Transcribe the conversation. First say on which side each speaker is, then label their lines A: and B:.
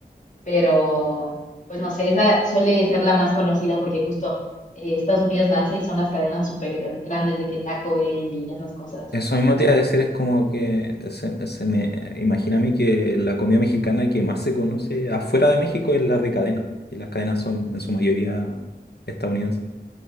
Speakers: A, on the left (about 45°); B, on the left (about 70°).
A: pero pues no sé, esa suele ser la más conocida porque justo eh, Estados Unidos la hace y son las cadenas súper grandes de que Taco Bell y esas cosas.
B: Eso mismo te iba a decir, es como que se, se me imagina a mí que la comida mexicana que más se conoce afuera de México es la de cadena, y las cadenas son en su mayoría estadounidenses.